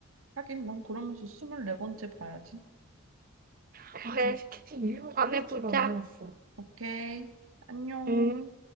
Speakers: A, on the right; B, on the right.
A: 하긴 난 그러면서 24번째 봐야지.
B: 아, 그래, 티켓이음에 보자. 았어
A: 오케이. 안녕.
B: 음.